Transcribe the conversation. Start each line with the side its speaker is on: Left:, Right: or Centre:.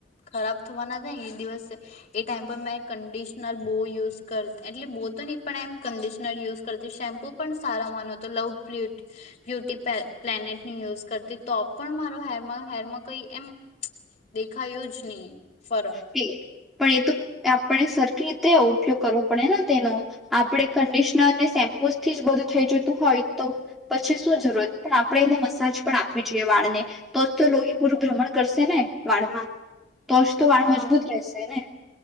Left: ખરાબ થવાના હતા ને એ દિવસે એ ટાઈમ પર મેં કન્ડિશનર બહુ યુઝ કરતી એટલે બહુ તો નહી પણ એમ કડિશનર યુઝ કરતી શેમ્પુ પણ સારા માનો હતો લવુ બ્યુટી પ પ્લેનેટની યુઝ કરતી તો પણ મારો હેર હેરમાં કઈ એમ દેખાયું જ નહી ફરક
Centre: પણ એ તોું આપણે સરખી રીતે ઉપયોગ કરવો પડે ને તેનો આપણે કંડિશનરને શેમ્પુ થી જ બધું થઈ જતું હોય તો પછી શું જરૂરત પણ આપણે એને મસાજ પણ આપવી જોઈએ વાળને તો જ તો લોહીપૂરું ભ્રમણ કરશે ને વાળમાં તો તો વાળ
Left: હા
Centre: મજબૂત રહેશે ને